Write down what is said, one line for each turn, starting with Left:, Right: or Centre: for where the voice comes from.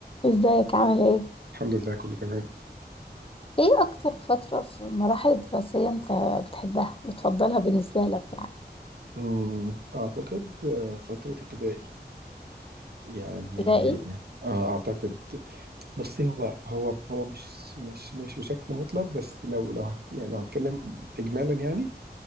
Left: ازيك عامل ايه؟
Right: الحمد لله كله تمام
Left: ايه اكتر فترة في المراحل الدراسية انت بتحبها بتفضلها بالنسبة لك يعني
Right: أمم، أعتقد آه، فترة ابتدائي يعني
Left: ابتدائي
Right: آه، أعتقد بصي هو هو هو مش مش مش بشكل مطلق بس لو لو هت يعني لو هتكلم إجمالا يعني